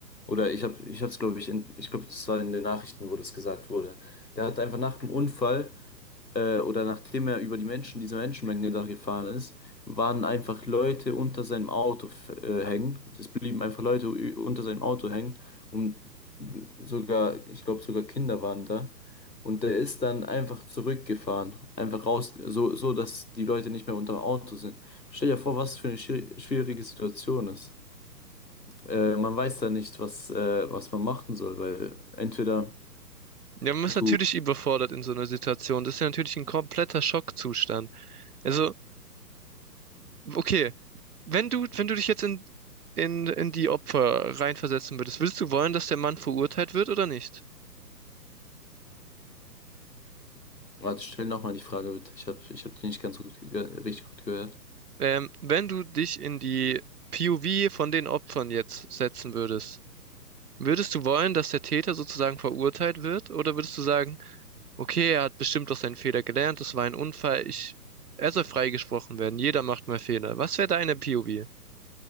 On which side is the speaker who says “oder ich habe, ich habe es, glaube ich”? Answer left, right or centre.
Left